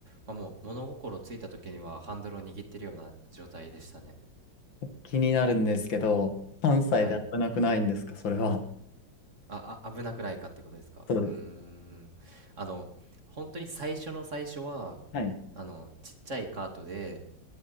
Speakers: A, on the right (about 40°); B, on the left (about 85°).
A: まあ、もう物心ついた時にはハンドルを握ってるような状態でしたね。
B: 気になるんですけど、3歳で危なくないんですか、
A: はい。
B: それは。
A: あ、あ、危なくないかってことですか。
B: そうです。
A: うーん。あの、本当に最初の最初は、
B: はい。
A: あの、ちっちゃいカートで、